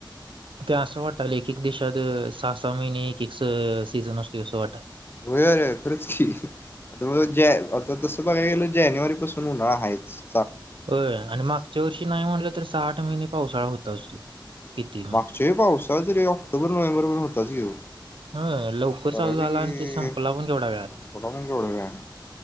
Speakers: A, on the right; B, on the left.
A: ते असं वाटालंय एक- एक देशात सहा- सहा महिने एक- एक स सीझन असतोय असं वाटायले.
B: होय, अरे खरंच की आता बघ ते हाये आता तसं बघायला गेलं जानेवारी पासून उन्हाळा हायचं.
A: होय आणि मागच्या वर्षी नाही म्हणलं तर सहा, आठ महिने पावसाळा होताच तो. किती
B: म्हणजे पावसाळा जरी ऑक्टोबर, नोव्हेंबर पर्यंत होताच की ओ.
A: हं लवकर
B: बऱ्यापैकी
A: चालू झाला आणि ते संपला पण केवढ्या वेळात.
B: संपला पण केवढ्या वेळानी,